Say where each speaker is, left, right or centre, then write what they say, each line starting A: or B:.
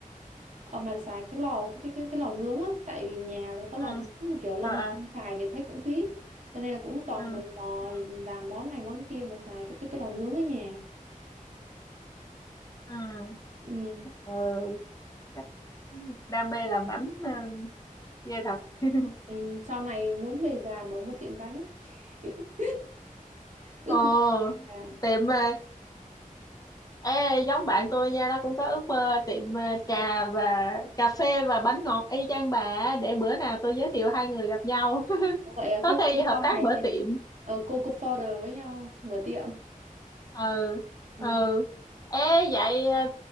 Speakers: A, on the right; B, on the left.
A: Ờ, mà xài cái lò cái cái cái cái lò nướng á tại vì nhà là có lò
B: ừ
A: nướng mà kiểu lâu
B: ờ
A: ngày
B: ờ,
A: không xài để thấy cũng phí cho nên là cũng toàn
B: ừ
A: mày mò
B: ừ
A: làm món này món kia mà xài cái cái cái lò nướng ở nhà
B: ừ
A: ừ.
B: ừ chắc đam mê làm bánh ừ, ghê thật <laughs>
A: ừ. sau này muốn về già mở một tiệm bánh <laughs> ước
B: ồ
A: mơ về già
B: tiệm mà ê, giống bạn tôi nha nó cũng có ước mơ tiệm ờ, trà và cà phê và bánh ngọt y chang bà á. để bữa nào tôi giới thiệu hai người gặp nhau <laughs>
A: vậy à,
B: có
A: có khi
B: khi hợp
A: sau
B: tác
A: này
B: mở
A: thì
B: tiệm
A: ờ, cô cô founder với nhau mở tiệm
B: ừ
A: ừ.
B: ừ ê vậy ờ,